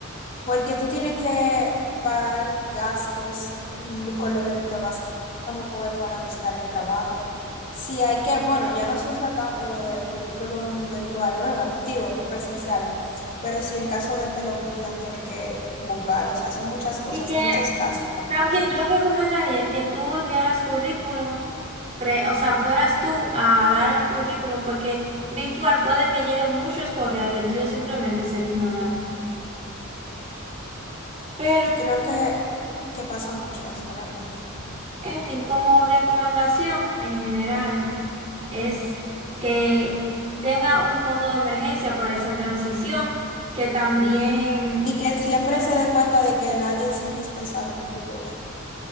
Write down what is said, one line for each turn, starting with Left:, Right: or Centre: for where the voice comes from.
Left: Porque tú tienes que pagar gastos lo- con lo que te vas a mover para buscar el trabajo. Si hay que, bueno, ya no se usa tanto lo de currículum virtuales, ¿verdad? Digo, presenciales. Pero si en caso de te lo pidan, tiene que buscarlo. O sea, son muchas cosas,
Right: Y que
Left: muchos gastos aparte.
Right: También yo recomendaría que tú enviaras currículum, pre- o sea, fueras tú a dar el currículum, porque virtual puede que lleguen muchos correos y el tuyo simplemente ser ignorado. Pero,
Left: Y creo que, que pasa mucho eso realmente.
Right: en fin, como recomendación en general, es que tenga un fondo de emergencia para esa transición, que también,
Left: Y que siempre se dé cuenta de que nadie es indispensable en ningún lugar.